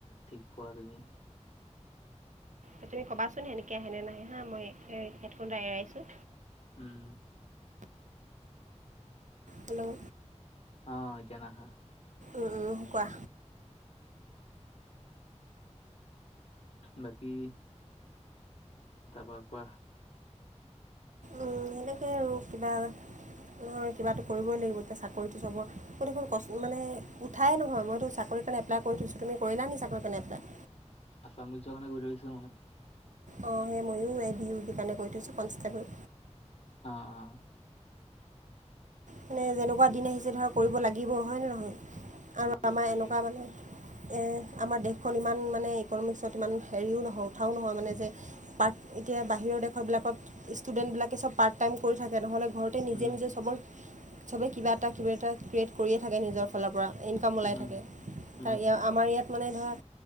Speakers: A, on the left; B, on the right.
A: ঠিক পোৱা তুমি?
B: এ তুমি ক'বাচোন সেনেকে আহেনে নাহে হা মই হেডফোন ডাল এৰাইছোঁ?
A: উম,
B: হেল্ল',
A: অ, এতিয়া নাহা।
B: উম- উম কোৱা?
A: বাকী তাপা কোৱা?
B: উম, সেনেকে আৰু কিবা নহয় কিবাটো কৰিবই লাগিব এতিয়া চাকৰিটো যাব ত 'দেখোন কষ্ট মানে উঠাই নহয় মইতো চাকৰিৰ কাৰণে এপ্লাই কৰি থৈছো তুমি কৰিলা নি চাকৈ কাৰনে এপ্লাই?
A: আছাম পুলিচৰ কাৰণে কৰি থৈছো মই।
B: অ, সেই ময়ো এবি ইউ দি কাৰণে কৰি থৈছোঁ কনষ্টেবল।
A: অ', অ',
B: মানে যেনেকুৱা
A: ঠিকে
B: দিন
A: আছে,
B: আহিছে ধৰ কৰিব লাগিব হয়নে নহয় আৰু
A: ঠিকে
B: আমাৰ
A: তাকেই।
B: এনেকুৱা মানে এ আমাৰ দেশখন ইমান মানে ইকনমিক্সত ইমান হেৰিও নহয় উঠাও নহয় মানে যে পাৰ্ট এতিয়া বাহিৰৰ দেশ বিষয়বিলাকত ষ্টুডেণ্টবিলাকে চব পাৰ্ট টাইম কৰি থাকে নহ'লে ঘৰতে নিজে
A: উম,
B: -নিজে চবৰ চবে কিবা এটা - কিবা এটা ক্ৰিয়েট কৰিয়ে থাকে নিজৰ ফালৰ পৰা ইনকাম ওলাই
A: উম,
B: থাকে
A: উম,
B: তাৰ আমাৰ ইয়াত মানে ধৰা